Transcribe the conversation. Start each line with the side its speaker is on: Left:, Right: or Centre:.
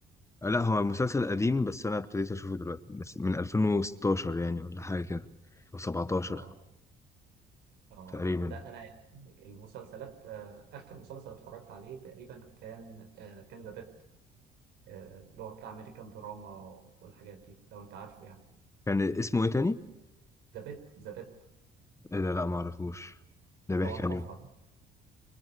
Left: لا هو مسلسل قديم بس انا ابتديت اشوفه دلوقتي بس من 2016 يعني ولا حاجه كده او 17
Right: اه اه
Left: تقريبا
Right: لا انا المسلسلات آه، اخر مسلسل اتفرجت عليه تقريبا كان آه، كان ذا بيت آه، اللي هو بتاع ميديكال دراما والحاجات دي لو انت عارفه يعني
Left: كان اسمه ايه تاني
Right: ذا بيت ذا بيت
Left: إيه ده لا ما اعرفوش ده بيحكي
Right: اللي هو الحفرة
Left: عن ايه